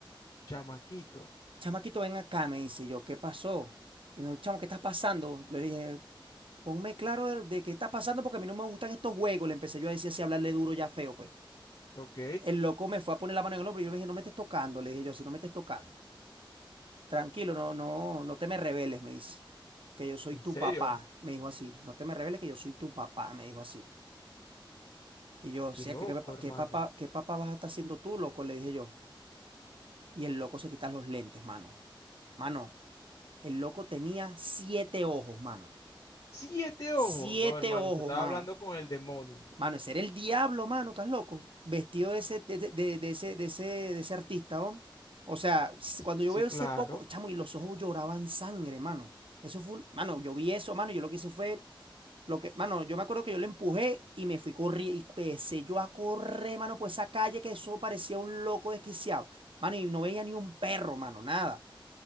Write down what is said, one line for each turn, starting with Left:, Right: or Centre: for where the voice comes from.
Left: chamaquito.
Right: chamaquito, ven acá, me dice yo, ¿qué pasó? Y me dijo, chamo, ¿qué está pasando? Le dije, Ponme claro de, de qué está pasando porque a mí no me gustan estos juegos. Le empecé yo a decir así, a hablarle duro ya feo, pues.
Left: ¿Ok?
Right: El loco me fue a poner la mano en el hombro y yo le dije, no me estés tocando. Le dije yo, si no me estés tocando. Tranquilo, no, no, no te me rebeles, me dice. Que yo soy
Left: ¿En
Right: tu
Left: serio?
Right: papá, me dijo así. No te me rebeles que yo soy tu papá, me dijo así. Y yo, o
Left: Qué
Right: sea,
Left: loco,
Right: ¿qué, qué, papá-
Left: hermano.
Right: qué papá, qué papá vas a estar haciendo tú, loco? Le dije yo. Y el loco se quita los lentes, mano. Mano, el loco tenía siete ojos, mano.
Left: Siete
Right: Siete
Left: ojos. No, hermano,
Right: ojos,
Left: usted estaba
Right: mano.
Left: hablando con el demonio.
Right: Mano, ese era el diablo, mano, estás loco. Vestido de ese, de, de- de de ese, de ese, de ese artista, ¿oh? O sea, s- cuando
Left: S- Sí,
Right: yo veo
Left: claro.
Right: ese poco, chamo, y los ojos lloraban sangre, mano. Eso fue un- mano, yo vi eso, mano, y yo lo que hice fue, lo que, mano, yo me acuerdo que yo le empujé y me fui corriendo, y empecé yo a correr, mano, por esa calle que eso parecía un loco desquiciado. Mano, y no veía ni un perro, mano, nada.